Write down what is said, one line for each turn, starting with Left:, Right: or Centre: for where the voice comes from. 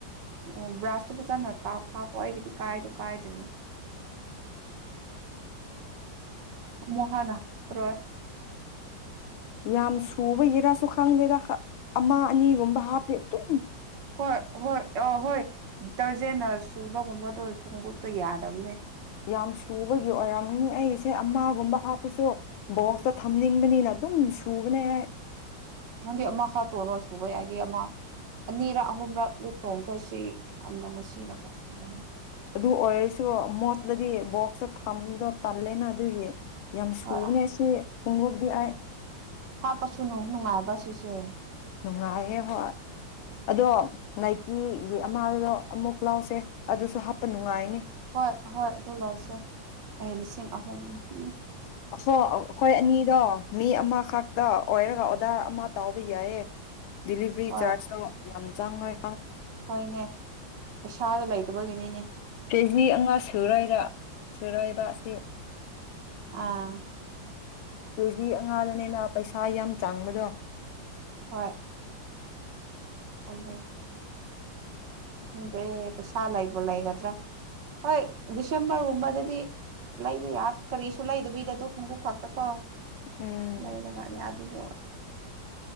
Right: ꯑꯣ ꯭ꯔꯥꯁꯇ ꯐꯖꯥꯅ ꯇꯥꯎ ꯍꯥꯥ ꯄ ꯑꯣꯏ ꯀꯗꯤ ꯀꯥꯏꯗꯨ ꯀꯥꯏꯗꯦ ꯃꯍꯥꯟꯒ꯭ꯔꯣꯏ
Left: ꯌꯥꯝ ꯁꯨꯕꯒꯤꯔꯁꯨ ꯈꯪꯗꯔ ꯑꯃ ꯑꯅꯤꯒꯨꯝꯕ ꯍꯥꯞ꯭ꯔꯦ ꯑꯗꯨ
Right: ꯍꯣꯏ ꯍꯣꯏ ꯑ ꯍꯣꯏ ꯗꯔꯖꯦ ꯅꯔꯁ ꯁꯨꯕꯒꯨꯝꯕꯗꯣ ꯐꯣꯡꯎꯨꯞꯇꯣ ꯌꯥꯗꯕꯅꯦ
Left: ꯌꯥꯝ ꯁꯨꯕꯒꯤ ꯑꯣꯏꯔꯝꯅꯤ ꯑꯩꯁꯦ ꯑꯃꯒꯨꯝꯕ ꯍꯥꯞꯄꯁꯨ ꯕꯣꯛꯁꯇ ꯊꯝꯅꯤꯡꯕꯅꯤꯅ ꯑꯗꯨꯝ ꯁꯨꯕꯅꯦ ꯍꯥꯏ
Right: ꯅꯪꯗꯤ ꯑꯃ ꯈꯔ ꯇꯣꯡꯉꯔꯣ ꯁꯨꯕ ꯌꯥꯏꯗꯤ ꯑꯃ ꯑꯅꯤꯔꯛ ꯑꯍꯨꯝꯔꯛ ꯂꯤ ꯇꯣꯡꯈ꯭ꯔꯦ ꯁꯤ ꯌꯥꯝꯗꯅ ꯁꯤꯔꯒ ꯁꯨꯕꯅꯤ
Left: ꯑꯗꯨ ꯑꯣꯏꯔꯁꯨ ꯃꯣꯠꯇꯗꯤ ꯕꯣꯛꯁꯇꯣ ꯊꯝꯕꯗꯣ ꯇꯜꯂꯦꯅ ꯑꯗꯨꯒꯤ ꯌꯥꯝ ꯁꯨꯕꯅꯦ
Right: ꯍꯣꯏ
Left: ꯁꯤ ꯎꯨꯡꯎꯞꯗꯤ ꯑꯩ
Right: ꯍꯥꯞꯄꯁꯨꯅꯨ ꯅꯨꯡꯉꯥꯏꯕ ꯁꯤꯁꯦ
Left: ꯅꯨꯡꯉꯥꯏꯍꯦ ꯍꯣꯏ ꯑꯗꯣ ꯅꯥꯏꯀꯤꯒꯤ ꯑꯃꯗꯣ ꯑꯃꯨꯛ ꯂꯥꯎꯁꯦ ꯑꯗꯨꯁꯨ ꯍꯥꯞꯄ ꯅꯨꯡꯉꯥꯏꯅꯤ
Right: ꯍꯣꯏ ꯍꯣꯏ ꯑꯗꯨ ꯂꯧꯥꯛꯁꯦ ꯑꯩ ꯂꯤꯁꯤꯡ ꯑꯍꯨꯝ ꯎ
Left: ꯑ ꯑꯩꯈꯣꯏ ꯑꯅꯤꯗꯣ ꯃꯤ ꯑꯃꯈꯛꯇ ꯑꯣꯏꯔꯒ ꯗꯥ ꯑꯃ ꯇꯥꯎꯕ ꯌꯥꯏꯌꯦ ꯗꯗꯤꯂꯤꯚꯔꯤ
Right: ꯍꯣꯏ
Left: ꯆꯥꯔꯖ ꯇꯣ ꯌꯥꯝ ꯆꯥꯡꯉꯣꯏ
Right: ꯍꯣꯏꯅꯦ ꯄꯩꯁꯥꯗꯨꯣ ꯂꯩꯇꯕꯒꯤꯅꯤꯅꯦ
Left: ꯀꯦ ꯖꯤ ꯑꯃ ꯁꯨꯔꯣꯏꯗ ꯁꯨꯔꯣꯏꯕ ꯑꯁꯤ
Right: ꯑꯥ
Left: ꯆꯦꯖꯤ ꯑꯉꯥꯗꯅꯦꯅ ꯄꯩꯁꯥ ꯌꯥꯝ ꯆꯥꯡꯕꯗꯣ
Right: ꯍꯣꯏ ꯇꯃꯦꯃꯦ ꯈꯪꯗ꯭ꯔꯦ ꯄꯩꯁꯥ ꯂꯩꯕ ꯂꯩꯒꯗ꯭ꯔꯥ ꯍꯣꯏ ꯗꯤꯁꯦꯝꯕꯔꯒꯨꯝꯕꯗꯗꯤ ꯂꯩꯕ ꯌꯥꯠ ꯀꯔꯤꯁꯨ ꯂꯩꯗꯕꯤꯗ ꯑꯗꯣ ꯈꯣꯡꯎꯞ ꯈꯛꯇꯀꯣ
Left: ꯎꯝ
Right: ꯂꯩꯔꯒꯅꯤ ꯑꯗꯨꯕꯨ